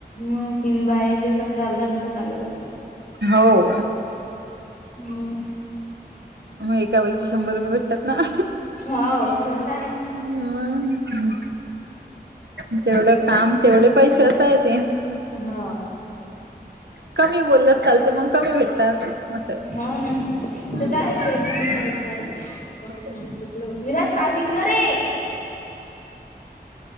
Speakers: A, on the left; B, on the right.
A: मग तीन बायली समजे अर्ध घंटा चाललं जाते.
B: हाव
A: मग
B: मय का वईचे शंभर रुपये भेटतात ना.
A: हो तेच आहे.
B: हम्म जेवढं काम तेवढे पैसे असाय ते.
A: हा.
B: कमी बोललत चालते मग कमी भेटतात असं
A: हो ना ते
B: हम्म.
A: <unintelligible>
B: हो